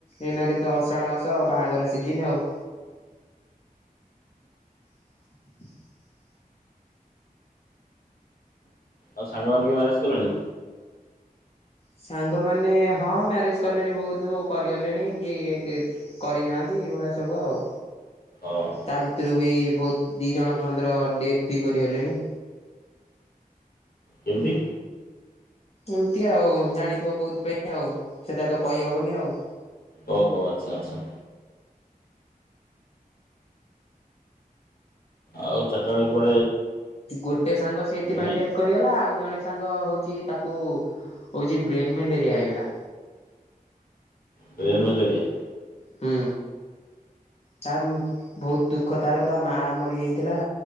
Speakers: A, on the left; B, on the left.
A: ଏଇନା କେତେ ଅଷାଢ ମାସ ବାହାଘର ସିଜିନ ଆଉ। <inaudible>
B: ଆଉ ସାଙ୍ଗ ମାନେ କିଏ ମ୍ୟାରେଜ କଲେଣି।
A: ସାଙ୍ଗମାନେ ହଁ ମ୍ୟାରେଜ କଲେଣି ବହୁତ କରିଗଲେଣି କି କରିନାହାନ୍ତି ଏଇଭଳିଆ ସବୁ ଆଉ।
B: ଓହୋ
A: ତା ଭିତରୁ ବି ବହୁତ ଦି ଜଣ ଖଣ୍ଡର ଡେଥ ବି କରିଗଲେଣି।
B: କେମିତି।
A: ଏମତି ଆଉ ଜାଣିଥିବ କୋଉଥିପାଇଁ ଆଉ ସେଟା ତ କହିହବନି ଆଉ।
B: ଓ ହୋ ଆଚ୍ଛା ଆଚ୍ଛା। ଆଉ ଚାର୍ଟା ବେଳେ କୁଆ
A: ଗୋଟେ ସାଙ୍ଗ ସେଇଥିପାଇଁ
B: ନାଇଁ
A: ଡେଥ କରିଗଲା ଆଉ ଜଣେ ସାଙ୍ଗ ହଉଛି ତାକୁ ହଉଛି ବ୍ରେନ୍ ମେଲେରିଆ ହେଇଗଲା।
B: Brain malaria.
A: ହୁଁ ତା ବହୁତ ଦୁଃଖ ତାର ତା ମା ମରିଯାଇଥିଲା